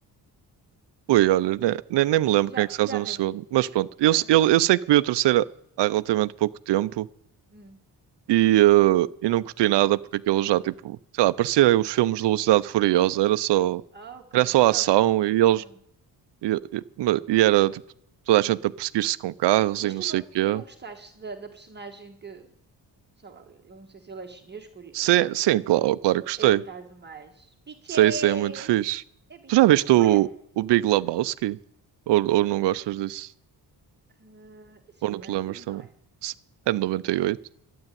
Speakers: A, on the right; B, on the right.
A: Ui, olha, ne- ne- nem, me lembro
B: Já,
A: quem é que se casa
B: já
A: no
B: nem
A: segundo.
B: me.
A: Mas pronto, eu,
B: ma-
A: se- eu, eu sei que vi o terceiro há relativamente pouco tempo
B: hum.
A: e, eh, e não curti nada porque aquilo já, tipo, sei lá, parecia os filmes de Velocidade Furiosa, era só,
B: Ah, ok.
A: era só
B: Só.
A: ação
B: assim, Ok.
A: e eles.
B: Não.
A: E, e- ma- e era, tipo, toda a gente a perseguir-se com carros
B: Mas
A: e não
B: tu
A: sei
B: não,
A: o quê.
B: tu não gostaste da, da personagem que. Sei lá, eu não sei se ele é chinês, core-
A: Sim,
B: eu sei que
A: sim,
B: é.
A: claro, claro que gostei.
B: Ele está demais. Bitches!
A: Sei, sei, é muito fixe.
B: É bitch.
A: Tu já viste
B: Olha,
A: o, o Big Lebowski? Ou, ou não gostas disso?
B: Ah, esse
A: Ou
B: filme
A: não te
B: é antigo,
A: lembras também?
B: não é?
A: Se- É de 98.